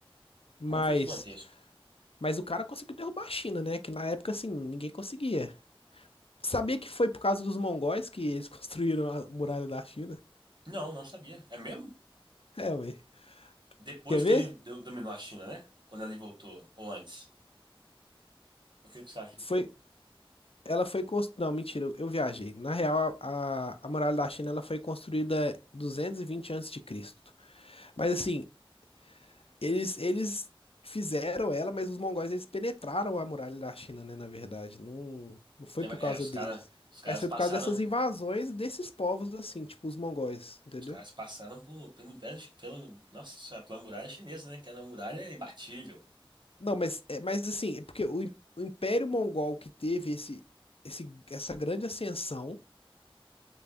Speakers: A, on the left; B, on the right.
A: Mas,
B: Como foi gigantesco.
A: mas o cara conseguiu derrubar a China, né? Que na época, assim, ninguém conseguia. Sabia que foi por causa dos mongóis que eles <laughs> construíram a muralha da China?
B: Não, não sabia. É mesmo?
A: É, ué.
B: Depois
A: Quer
B: que
A: ver?
B: ele do- dominou a China, né? Quando ele voltou, ou antes. O que que você acha que
A: Foi,
B: foi?
A: ela foi construída. Não, mentira, eu eu viajei. Na real, a, a, a muralha da China ela foi construída 220 antes de Cristo. Mas assim, Eles, eles fizeram ela, mas os mongóis eles penetraram a muralha da China, né? Na verdade, não, não foi
B: É,
A: por causa
B: é, os
A: deles,
B: caras, os caras
A: mas foi
B: passaram,
A: por causa dessas invasões desses povos, assim, tipo os mongóis, entendeu?
B: os caras passaram por, pelo Império, Chi- pelo, nossa, senhora, pela muralha chinesa, né? Que era a muralha imbatível.
A: Não, mas, é, mas assim, é porque o, im- o Império Mongol que teve esse, esse, essa grande ascensão.